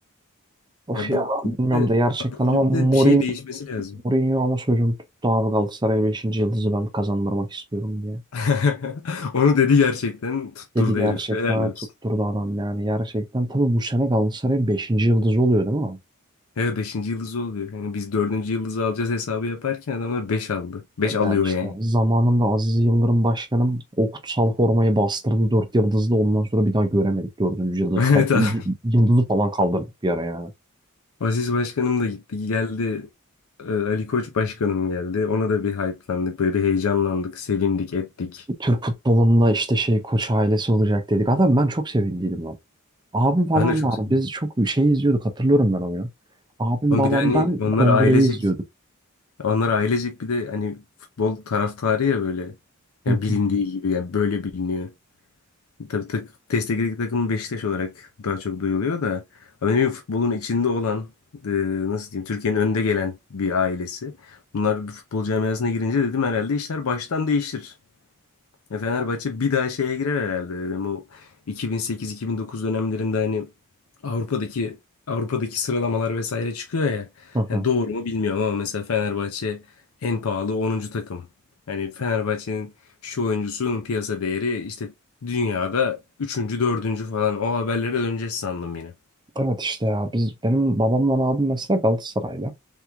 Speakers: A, on the right; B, on the left.
A: of
B: Ya
A: ya
B: bu kulüpte,
A: bilmiyorum da gerçekten
B: abi kulüpte
A: ama Mourinho
B: bir şey değişmesi lazım.
A: Mourinho ama sözüm tuttu abi Galatasaray beşinci yıldızı ben kazandırmak istiyorum diye.
B: <laughs> Onu dedi gerçekten tutturdu
A: Dedi gerçekten
B: herif. Helal olsun.
A: tutturdu adam yani gerçekten. Tabii bu sene Galatasaray'ın beşinci yıldızı oluyor değil mi?
B: Evet beşinci yıldızı oluyor. Yani biz dördüncü yıldızı alacağız hesabı yaparken adamlar 5 aldı. beş alıyor
A: Yani işte
B: yani.
A: zamanında
B: <laughs>
A: Aziz Yıldırım başkanım o kutsal formayı bastırdı 4 yıldızlı ondan sonra bir daha göremedik dördüncü yıldız.
B: Evet
A: Fe-
B: abi.
A: y- Yıldızı falan kaldırdık bir ara yani.
B: Aziz Başkanım da gitti geldi. Ee, Ali Koç Başkanım geldi. Ona da bir hype'landık. Böyle bir heyecanlandık. Sevindik ettik.
A: Türk futbolunda işte şey koç ailesi olacak dedik. Adam ben çok sevindiydim lan. Abim falan
B: Ben de çok
A: var.
B: sevindim.
A: Biz çok şey izliyorduk hatırlıyorum ben onu ya. Abim
B: Oğlum
A: babam
B: bir de hani
A: ben
B: onlar
A: kongreyi
B: ailecek.
A: izliyorduk.
B: Onlar ailecek bir de hani futbol taraftarı ya böyle.
A: Hı
B: Yani bilindiği
A: hı,
B: gibi yani böyle biliniyor. Tabii tak, destekli takım Beşiktaş olarak daha çok duyuluyor da. Ama ne bileyim, futbolun içinde olan e, nasıl diyeyim Türkiye'nin önde gelen bir ailesi. Bunlar bir futbol camiasına girince dedim herhalde işler baştan değişir. Ya Fenerbahçe bir daha şeye girer herhalde dedim. O 2008-2009 dönemlerinde hani Avrupa'daki Avrupa'daki sıralamalar vesaire çıkıyor ya.
A: hı hı.
B: Yani doğru mu bilmiyorum ama mesela Fenerbahçe en pahalı onuncu takım. Hani Fenerbahçe'nin şu oyuncusunun piyasa değeri işte dünyada üçüncü dördüncü falan o haberlere döneceğiz sandım yine.
A: Evet işte ya biz benim babamla abim mesela Galatasaraylı.